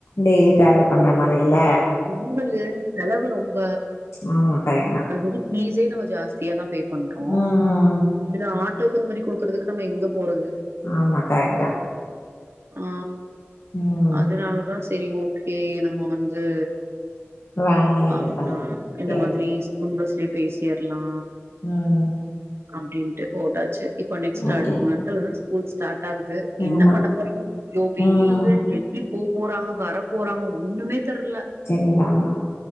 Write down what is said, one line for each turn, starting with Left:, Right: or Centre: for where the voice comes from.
Left: டெய்லி டிராவல் பண்ற மாரில்ல
Right: இது வந்நு செலவு ரொம்ப
Left: ஆமா கரெக்ட்டு தா
Right: ஆல்ரெடி ஃபீஸே நம்ம ஜாஸ்தியாதா பே பண்றோ
Left: ம்
Right: இதுல ஆட்டோக்கு இந்த மாரி குடுக்குறதுக்கு நம்ம எங்க போறது
Left: ஆமா கரெக்ட் தா
Right: ஆ
Left: ம்
Right: அதனாலதா செரி ஓக்கே நம்ம வந்து
Left: வேன்னு
Right: ஆ
Left: இது பண்ணாங்க ஓகே
Right: இந்த மாதிரி
Left: ஓகே
Right: ஸ்கூல் பஸ்லயே போய் சேரலா
Left: உம்
Right: அப்டின்ட்டு போட்டாச்சு இப்ப நெக்ஸ்ட்
Left: ஓகே
Right: அடுத்த மன்ந்த்லருந்து ஸ்கூல் ஸ்டார்ட் ஆகுது என்ன
Left: ஆமா
Right: பண்ண போறாங்க ஐயோ வெயிலு
Left: ம்
Right: எப்டி போ போறாங்க வர போறாங்க ஒண்ணுமே தெர்ல
Left: <unintelligible> ஆமா